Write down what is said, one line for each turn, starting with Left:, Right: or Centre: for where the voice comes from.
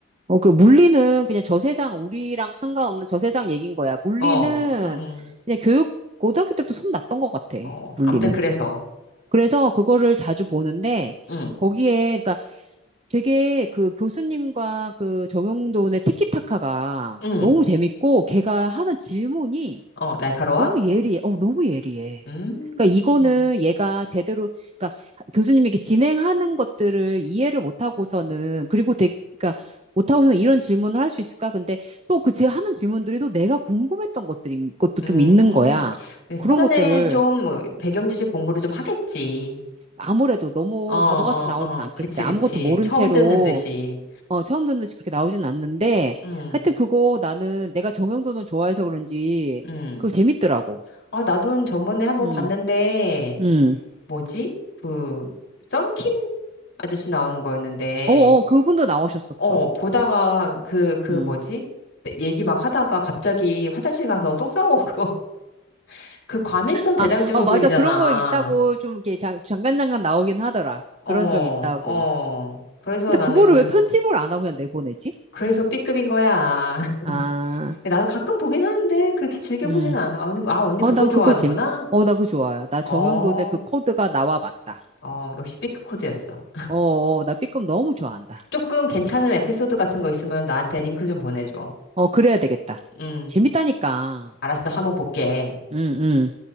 Right: 어, 그 물리는 그냥 저 세상, 우리랑 상관없는 저 세상 얘기인 거야. 물리는
Left: 어, 음,
Right: 그냥 교육, 고등학교 때부터 손 났던 것 같아,
Left: 어,
Right: 물리는.
Left: 암튼 그래서.
Right: 그래서 그거를 자주 보는데
Left: 응,
Right: 거기에 그러니까 되게 그 교수님과 그 정용돈의 티키타카가
Left: 응.
Right: 너무 재밌고 걔가 하는 질문이
Left: 어, 날카로워?
Right: 너무 예리해. 어, 너무 예리해.
Left: 음,
Right: 그러니까 이거는 얘가 제대로 그러니까 교수님에게 진행하는 것들을 이해를 못 하고서는 그리고 되게 그러니까 못 하고서는 이런 질문을 할 수 있을까? 근데 또 그 제 하는 질문들이 또 내가 궁금했던 것들인 것도
Left: 음.
Right: 좀 있는 거야.
Left: 근데
Right: 그런
Left: 사전에
Right: 것들을
Left: 좀 뭐 배경 지식 공부를 좀 하겠지.
Right: 아무래도 너무
Left: 어, 어,
Right: 바보같이 나오진
Left: 어.
Right: 않겠지.
Left: 그치,
Right: 아무것도
Left: 그치.
Right: 모른
Left: 처음
Right: 채로,
Left: 듣는 듯이.
Right: 어, 처음 듣는 듯이 그렇게 나오진 않는데,
Left: 응,
Right: 하여튼 그거 나는 내가 정형돈을 좋아해서 그런지,
Left: 응.
Right: 그거 재밌더라고.
Left: 아, 나도 저번에 한번
Right: 음,
Left: 봤는데,
Right: 음.
Left: 뭐지? 그, 썬킴 아저씨 나오는 거였는데,
Right: 어어, 그분도 나오셨었어.
Left: 어, 보다가 그, 그
Right: 음.
Left: 뭐지? 얘기 막 하다가 갑자기 화장실 가서 똥 싸고, <laughs> 그 과민성 대장증후군이잖아.
Right: 아, 어, 맞아. 그런 거 있다고 좀 이렇게 잠- 잠깐잠깐 나오긴 하더라.
Left: 어,
Right: 그런 적 있다고.
Left: 어. 그래서
Right: 근데
Left: 나는
Right: 그거를
Left: 별로.
Right: 왜 편집을 안 하고 그냥 내보내지?
Left: 그래서 B급인 거야. <laughs>
Right: 아,
Left: 나도 가끔 보긴 하는데, 그렇게 즐겨보진
Right: 음.
Left: 않아. 아, 언니, 아, 언니
Right: 어,
Left: 그거
Right: 난
Left: 좋아하는구나?
Right: 그거 재밌, 어, 나 그거 좋아요. 나
Left: 어,
Right: 정형돈의 그 코드가 나와 맞다.
Left: 어, 역시 삐크 코드였어.
Right: 어, 어, 나 B급 너무 좋아한다.
Left: 조금 괜찮은 에피소드 같은 거 있으면 나한테 링크 좀 보내줘.
Right: 어, 그래야 되겠다.
Left: 응,
Right: 재밌다니까.
Left: 알았어. 한번 볼게.
Right: 응, 응.